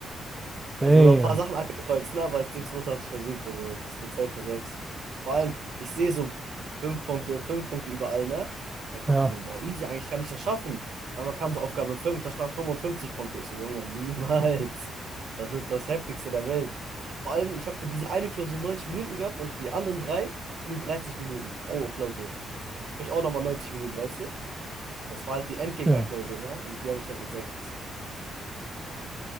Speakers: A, on the right; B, on the right.
A: Damn.
B: Also noch ein paar Sachen angekreuzt, ne? aber jetzt hatte ich versucht. Also das wird safe eine 6. Vor allem, ich sehe so fünf Punkte, fünf Punkte überall, ne? Und ich
A: Ja,
B: dachte mir so, boah, easy, eigentlich kann ich das schaffen. Weil man kam so Aufgabe 5, da stand 55 Punkte. Ich so, Junge, niemals. <laughs> Das wird das Heftigste der Welt. Vor allem, ich habe für diese eine Klausur 90 Minuten gehabt und für die anderen drei nur 30 Minuten pro Klausur. Sprich auch nochmal 90 Minuten, weißt du? Das war halt die Endgegnerklausur,
A: ja.
B: ne? Und die habe ich halt mit 6.